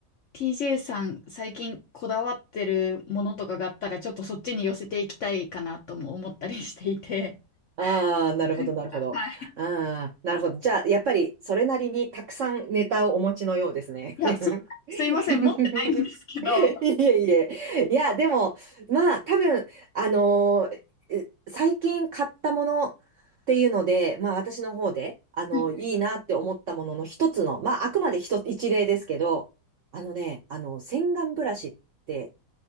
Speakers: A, on the left; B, on the right.
A: TJ さん最近こだわってるものとかがあったらちょっとそっちに寄せていきたいかなとも思ったりしていて。
B: ああ、なるほど、
A: <laughs>
B: なるほど。
A: はい。
B: ああ、なるほど。じゃあ、やっぱりそれなりにたくさんネタをお持ちのようですね。
A: いや、そんな、
B: <laughs>
A: すいません、持ってないんですけど。
B: <laughs>
A: は
B: いえいえ。いや、でも、まあ、多分、あのーえ最近買ったものっていうので、まあ、私の方で、あのいいなって思ったものの一つの、
A: い
B: まあ、あくまで一つ、一例ですけど、あのね、あの、洗顔ブラシって